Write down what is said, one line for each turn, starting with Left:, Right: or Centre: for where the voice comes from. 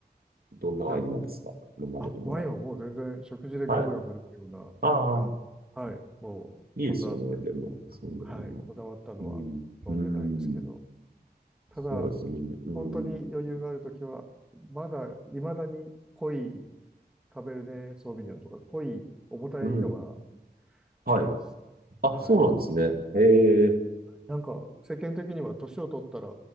Right: どんなワインなんですか飲まれるのは。
Centre: はい。あ、ワインはもう全然食事でガブガブ飲むような、
Right: はい。ああ、
Centre: あの、はい。もう、
Right: いいですよね。
Centre: そんな
Right: でも、そんなにも。
Centre: はい、こだわったのは飲んでないですけど、
Right: うん。うん。
Centre: ただ、
Right: そうですね。うん。
Centre: 本当に余裕があるときは、まだ、いまだに濃いカベルネ・ソーヴィニョンとか、濃い重たいのが
Right: うん。はい。
Centre: 好きです。
Right: あ、
Centre: はい。
Right: そうなんですね。ええ、
Centre: なんか、世間的には年を取ったら、